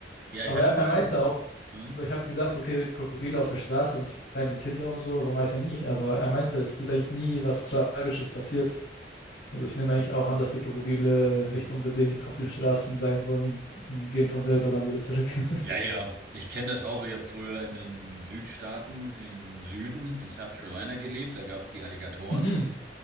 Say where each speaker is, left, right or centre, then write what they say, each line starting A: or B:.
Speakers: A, on the right; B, on the left.
A: Ja,
B: aber
A: ich hatte
B: er,
A: mal.
B: er meinte auch,
A: Hm?
B: weil ich habe mir gedacht, so, okay, jetzt Krokodile auf der Straße und kleine Kinder und so, man weiß ja nie, aber er meinte, es ist eigentlich nie was Tragisches passiert. Also ich nehme eigentlich auch an, dass die Krokodile nicht unbedingt auf den Straßen sein wollen und gehen von selber dann wieder zurück. <laughs>
A: Ja, ja, ich kenne das auch. Ich habe früher in den Südstaaten, im Süden, in South Carolina gelebt. Da gab es die Alligatoren.
B: Mhm.